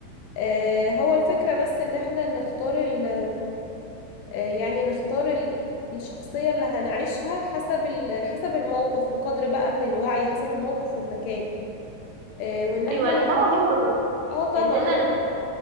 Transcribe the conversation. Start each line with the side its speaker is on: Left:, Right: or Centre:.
Left: آه، هو الفكره بس ان احنا نختار ال آه، يعني نختار ال الشخصيه اللي هنعيشها حسب ال- حسب الموقف بقدر بقى من الوعي حسب الموقف والمكان آه، وان احنا
Right: ايوه يعني
Left: ما
Right: ده مهم برضه
Left: اه طبعا
Right: اننا نبقى